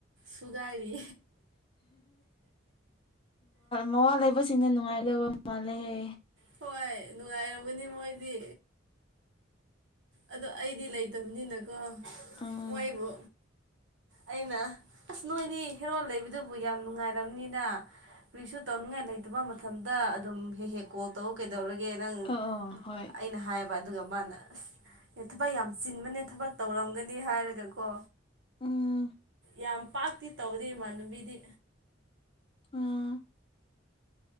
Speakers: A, on the right (about 70°); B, on the left (about 30°).
A: ꯁꯨꯒꯥꯢꯔꯤ
B: ꯃꯋꯥ ꯂꯩꯕꯁꯤꯡꯅ ꯅꯨꯡꯉꯥꯏꯒꯗꯕ ꯃꯥꯜꯂꯦꯍꯦ
A: ꯍꯣꯏ ꯅꯨꯡꯉꯥꯏꯔꯝꯒꯅꯤ ꯃꯣꯏꯗꯤ ꯑꯗꯣ ꯑꯩꯗꯤ ꯂꯩꯇꯕꯅꯤꯅꯀꯣ
B: ꯎꯝ
A: ꯃꯣꯏꯕꯨ ꯑꯩꯅ ꯑꯁ ꯅꯣꯏꯗꯤ ꯍꯦꯔꯣꯟꯜ ꯂꯩꯕꯗꯨꯕꯨ ꯌꯥꯝ ꯅꯨꯡꯉꯥꯏꯔꯝꯅꯤꯗ ꯀꯨꯔꯤꯁꯨ ꯇꯧꯅꯤꯡꯉꯥꯏ ꯂꯩꯇꯕ ꯃꯇꯝꯗ ꯑꯗꯨꯝ ꯍꯦꯛ ꯍꯦꯛꯀꯣꯛ ꯇꯧ ꯀꯩꯗꯧꯔꯒꯦ ꯅꯪ
B: ꯑꯣ ꯑꯣ ꯍꯣꯏ
A: ꯑꯩꯅ ꯍꯥꯏꯕ ꯑꯗꯨꯒ ꯃꯥꯅ ꯑꯁ ꯑꯦ ꯊꯕꯛ ꯌꯥꯝ ꯆꯤꯟꯕꯅꯦ ꯊꯕꯛ ꯇꯧꯔꯝꯒꯅꯤ ꯍꯥꯏꯔꯒꯀꯣ
B: ꯎꯝ
A: ꯌꯥꯝ ꯄꯥꯛꯇꯤ ꯇꯧꯗꯦ ꯏꯃꯥꯟꯂꯝꯕꯤꯗꯤ
B: ꯑꯥ